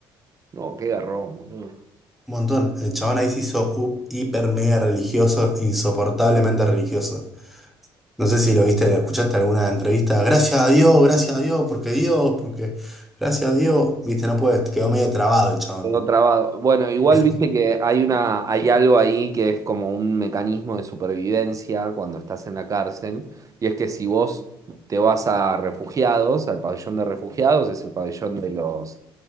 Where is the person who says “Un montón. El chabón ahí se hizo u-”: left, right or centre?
Centre